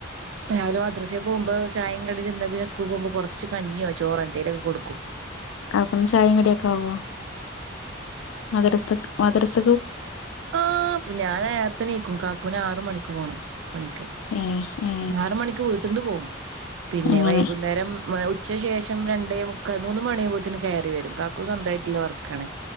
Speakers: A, on the right; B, on the left.
A: രാവിലെ മദ്രസെ പോമ്പ ചായേം കടിം തിന്ന പിന്നെ സ്കൂൾ പോമ്പ കൊറച്ച് കഞ്ഞിയോ ചോറോ എന്തേലുക്കെ കൊടുക്കും.
B: അപ്പേനും ചായേം കടിയൊക്കെ ആവോ മദരസ്ത മദരസ
A: ആ പ്പ ഞാനേരത്തെനിക്കും കാക്കുനാറ് മണിക്ക് പോണം. പണിക്ക്
B: ഏ ഏ
A: ആറ് മണിക്ക് വീട്ട്ന്ന് പോവും പിന്നെ
B: അങ്ങനെ
A: വൈകുന്നേരം മ ഉ ച്ചശേഷം രണ്ടേമുക്കാ മൂന്ന് മണിയാവുമ്പത്തേന് കേറി വരും കാക്കു സ്വന്തായിട്ടില്ല വർക്കാണ്.